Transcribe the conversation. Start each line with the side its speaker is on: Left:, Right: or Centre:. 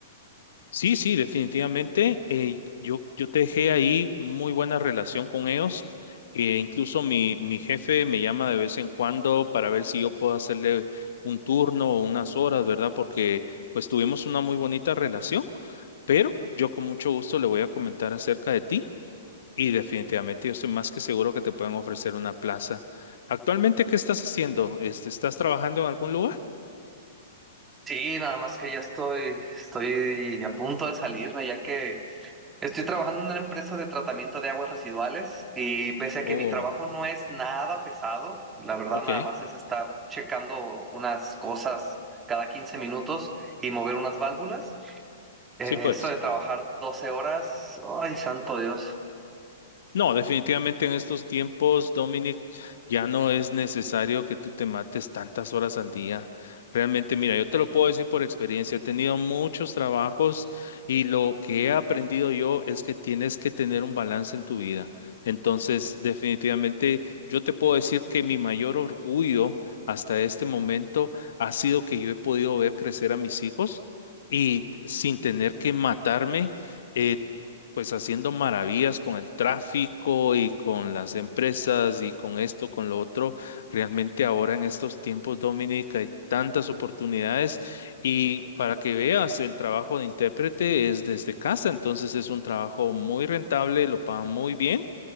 Left: Sí, sí, definitivamente. eh, yo, yo dejé ahí muy buena relación con ellos. eh, incluso mi, mi jefe me llama de vez en cuando para ver si yo puedo hacerle un turno o unas horas, ¿verdad? Porque pues tuvimos una muy bonita relación, pero yo con mucho gusto le voy a comentar acerca de ti y definitivamente yo estoy más que seguro que te pueden ofrecer una plaza. ¿Actualmente qué estás haciendo? Este, ¿estás trabajando en algún lugar?
Right: Sí, nada más que ya estoy, estoy a punto de salirme, ya que estoy trabajando en una empresa de tratamiento de aguas residuales y pese a que
Left: Oh,
Right: mi trabajo no es nada pesado, la verdad
Left: ok.
Right: nada más es estar checando unas cosas cada 15 minutos y mover unas válvulas. eh,
Left: Sí, pues.
Right: eso de trabajar 12 horas, ay, santo Dios.
Left: No, definitivamente en estos tiempos, Dominic, ya no es necesario que tú te mates tantas horas al día. Realmente, mira, yo te lo puedo decir por experiencia, he tenido muchos trabajos y lo que he aprendido yo es que tienes que tener un balance en tu vida. Entonces, definitivamente, yo te puedo decir que mi mayor orgullo hasta este momento ha sido que yo he podido ver crecer a mis hijos y sin tener que matarme. eh, pues haciendo maravillas con el tráfico y con las empresas y con esto, con lo otro. Realmente ahora en estos tiempos, Dominica, hay tantas oportunidades y para que veas, el trabajo de intérprete es desde casa, entonces es un trabajo muy rentable, lo pagan muy bien